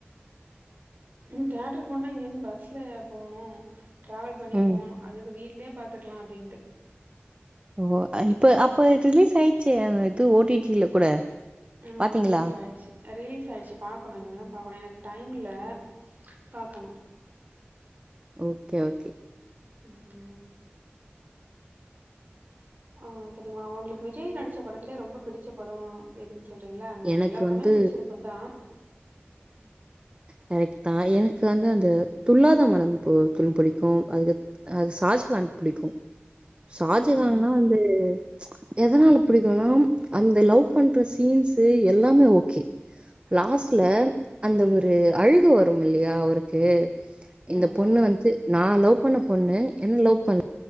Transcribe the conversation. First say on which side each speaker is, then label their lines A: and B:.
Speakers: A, on the right; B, on the right.
A: ம் தேட்ருக்கு போனுனா இங்க இருந்து பஸ்ல போணு டிராவல் பண்ணி
B: ம்
A: போணு அதுக்கு வீட் ல்லெயே பாத்துக்கலா அப்டீன்டு
B: ஓ இப்ப அப்ப ரிலீஸ் ஆயிச்சே இது ஓ டி டி ல கூட
A: ஆமா
B: பாத்தீங்களா
A: ரிலீஸ் ஆயிச்சு ரிலீஸ் ஆயிச்சு பாக்கணு இனிமேதா பாக்கணு எனக்கு டைம் இல்ல பாக்கணு
B: ஓக்கே ஓக்கே
A: ம் ஆ சரிம்மா உங்களுக்கு விஜய் நடிச்ச படத்திலேயே ரொம்ப புடிச்ச படம் எது சொல்றீங்களா உங்களுக்கு
B: எனக்கு
A: எல்லா படமே
B: வந்து
A: புடிச்சிருக்குந்தா
B: கரெக்ட் தா எனக்கு வந்து அந்த துள்ளாத மனமும் துள்ளும் புடிக்கு அது அது ஷாஜகான் புடிக்கு ஷாஜகான்ல்லா
A: ம்.
B: வந்து எதனால புடிக்கும்னா அந்த லவ் பண்ற சீன்ஸ் எல்லாமே ஓக்கே லாஸ்ட்ல அந்த ஒரு அழுக வருமில்லையா அவருக்கு இந்த
A: ஆமா,
B: பொண்ணு வந்து நா லவ் பண்ண பொண்ணு என்ன லவ் பண்ல